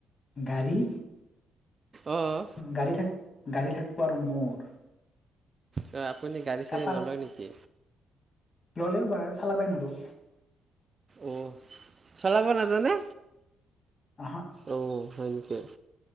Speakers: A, on the left; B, on the right.
A: গাড়ী?
B: অঁ অঁ,
A: গাড়ী থাক- গাড়ী থাকব আৰু মোৰ?
B: অঁ! আপুনি গাড়ী-চাৰি
A: কাপাল
B: নলয় নেকি?
A: ল'লেও বা চালাবাই নৰো।
B: অ! চলাব নাজ জানে?
A: আহা
B: অ! হয় নেকি! <inaudible>